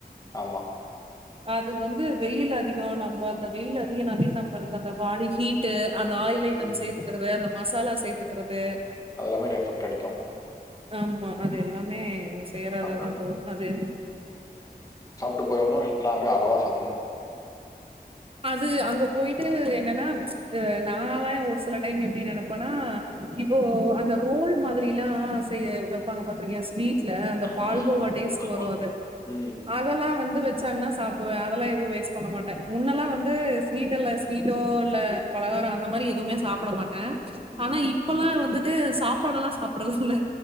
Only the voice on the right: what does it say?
அது வந்து வெயில் அதிகோ நம்ம அந்த வெயில் அதிகனாலே நம்மளுக்கு அந்த பாடி ஹீட்டு அந்த ஆயில் ஐட்டம்
சேத்துக்கிறது அந்த மசாலாஸ் சேத்துக்கிறது
ஆமா அது எல்லாமே சேராததா
போவூ அது
அது அங்க போயிட்டு என்னன்னா அ நாலா ஒரு சில டைம் எப்டி நெனப்பேனா இப்போ அந்த ரோல் மாதிரியல்லா செய்ய வெப்பாங்க பாத்திருக்கியா ஸ்வீ ட்ல அந்த
பால்கோவா
டேஸ்ட்
வரூ அது
அதல்லா வந்து வெ சாங்னா சாப்டுவே அதல்லா எதுவூ வேஸ்ட் பண்ண மாட்டே முன்னல்லா வந்து ஸ்வீட் அல்ல ஸ்வீட்டோ இல்ல பலகாரோ அந்த மாத்ரி எதுமே சாப்பிட மாட்டே
ஆனா இப்பல்லா வந்துட் டு சாப்பாடு எல்லா சாப்டுறதில்ல